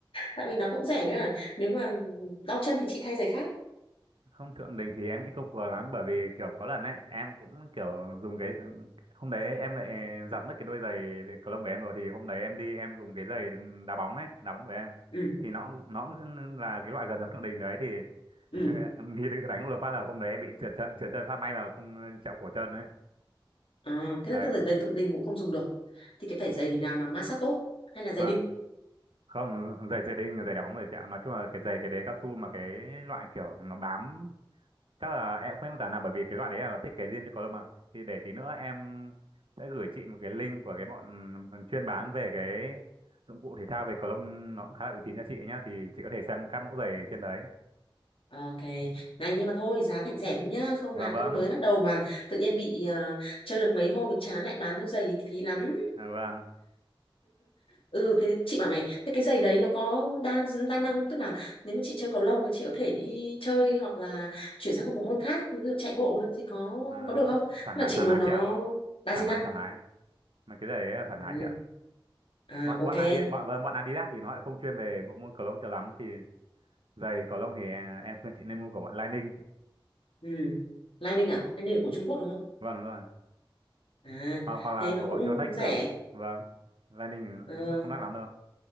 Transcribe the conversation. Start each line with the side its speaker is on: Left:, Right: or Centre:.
Left: tại vì nó cũng rẻ với là nếu mà đau chân thì chị thay giày khác
Right: không thượng đình thì em nghĩ không phù hợp lắm bởi vì kiểu có lần ấy em cũng kiểu dùng cái hôm đấy em lại giặt mất cái đôi giày cầu lông của em rồi thì hôm đấy em đi em dùng cái giày đá bóng ấy đá bóng của em
Left: ừ
Right: thì nó nó cũng là cái loại gần giống thượng đình đấy thì
Left: ừ
Right: <laughs> thì đánh một phát là hôm đấy em bị trượt chân trượt chân phát may mà không chạm cổ chân ấy
Left: à, thế
Right: đấy
Left: là tức là giày thượng đình cũng không dùng được thì cái phải giày nào mà ma sát tốt hay là giày
Right: vâng
Left: đinh
Right: không giày giày đinh giày đá bóng giày chạm nói chung là cái giày cái đế cao su mà cái loại kiểu nó bám chắc là em không biết mô tả nào bởi vì cái loại đấy là nó thiết kế riêng cho cầu lông mà thì để tí nữa em sẽ gửi chị một cái link của cái bọn ừ, chuyên bán về cái dụng cụ thể thao về cầu lông nó cũng khá là uy tín cho chị nhá thì chị có thể xem các mẫu giày trên đấy
Left: ok này nhưng mà thôi giá thành rẻ thôi nhá không
Right: vâng
Left: là
Right: vâng
Left: tôi mới bắt đầu mà tự nhiên bị ờ, chơi được mấy hôm thì chán lại bán đôi giày thì phí lắm
Right: à, vâng
Left: ừ thế chị bảo này thế cái giày đấy nó có đa đa năng tức là nếu mà chị chơi cầu lông thì chị có thể đi chơi hoặc là chuyển sang một bộ môn khác ví dụ chạy bộ thì có
Right: à,
Left: có được không
Right: thoải, thoải
Left: tức
Right: mái
Left: là chị
Right: thoải
Left: muốn
Right: mái
Left: nó
Right: chị ạ
Left: đa
Right: thoải
Left: di năng
Right: mái thoải mái mà cái giày đấy là
Left: ừ.
Right: thoải mái chị ạ
Left: à
Right: bọn
Left: ok
Right: bọn Adidas bọn vâng bọn Adidas thì nó lại không chuyên về bộ môn cầu lông cho lắm thì giày cầu lông thì à, em khuyên chị nên mua của bọn Lining
Left: ừ. Lining à Lining là của Trung Quốc đúng không
Right: vâng đúng rồi
Left: à
Right: hoặc, hoặc là
Left: thế nó
Right: của bọn
Left: cũng
Right: Yonex
Left: cũng
Right: cũng
Left: rẻ
Right: được vâng Lining
Left: Ờ,
Right: cũng không đắt lắm đâu